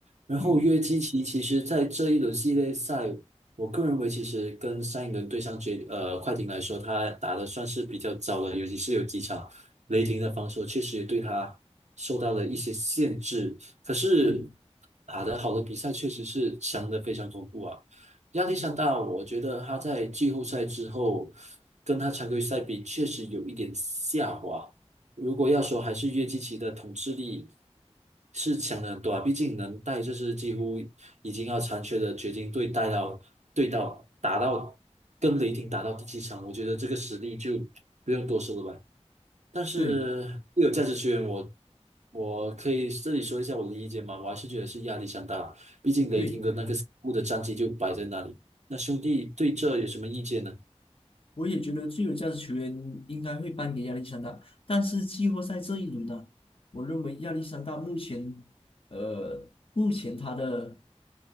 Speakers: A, on the right (about 80°); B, on the left (about 50°).
A: 然后约基奇其实在这一轮系列赛，
B: 嗯，
A: 我个人认为其实跟上一轮对上决呃快艇来说，他打的算是比较早的，尤其是有几场。雷霆的防守确实也对他受到了一些限制，可是
B: 对。
A: 打得好的比赛确实是强得非常恐怖啊。亚历山大，
B: 嗯
A: 我觉得他在季后赛之后跟他常规赛比，确实有一点下滑。如果要说还是约基奇的统治力是强了很多啊，毕竟能带这支几乎已经要残缺的掘金队带到对到打到跟雷霆打到第七场，我觉得这个实力就不用多说了吧。但是固有价值球员我，
B: 对
A: 我可以这里说一下我的意见嘛，我还是觉得是压力山大，毕竟雷霆的那个死固的战绩就摆在那里。
B: 对，
A: 那兄弟对这有什么意见呢？
B: 我也觉得最有价值球员应该会颁给亚历山大，但是季后赛这一轮呢、我认为亚历山大目前，呃，目前他的